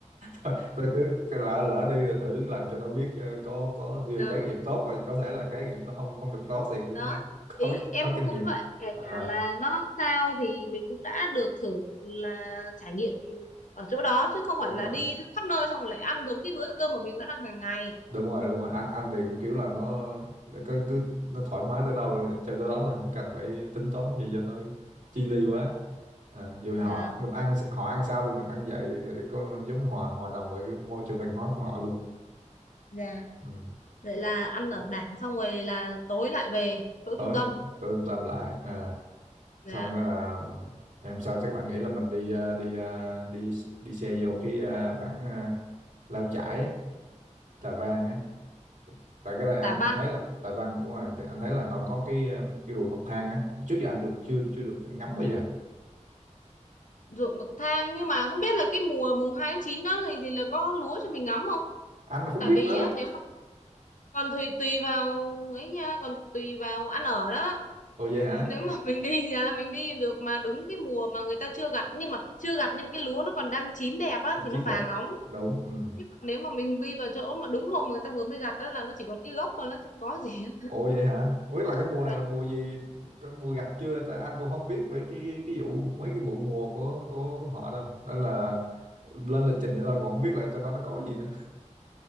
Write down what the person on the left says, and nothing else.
<laughs>
đó
đó
ý em
cũng
muốn
vậy kể cả
là nó sao thì mình cũng đã được thử là trải nghiệm ở chỗ đó chứ không
phải là
đi khắp nơi xong rồi lại ăn giống cái bữa cơm mà mình vẫn ăn hàng ngày
dạ
dạ
vậy là ăn ở
bản xong rồi là tối lại về chỗ
trung tâm
dạ
Tả Văn
ruộng bậc thang nhưng mà không biết là cái mùa mùng 2 tháng 9 đó thì, thì là có lúa cho mình ngắm không
tại
vì
á nếu mà còn tùy tùy vào ấy nha còn tùy vào ăn ở đó
nếu mà mình đi ra mình đi được mà đúng cái mùa mà người ta chưa gặt nhưng mà chưa gặt nhưng cái lúa nó còn đang chín đẹp á
thì
nó
vàng óng
chứ còn nếu mà mình đi vào chỗ mà đúng hôm mà người ta vừa mới gặt đó là nó chỉ còn cái gốc mà nó không có gì hết
dạ.